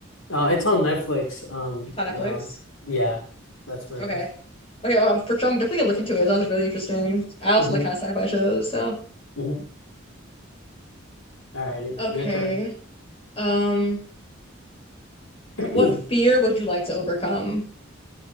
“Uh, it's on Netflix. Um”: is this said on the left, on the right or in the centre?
Left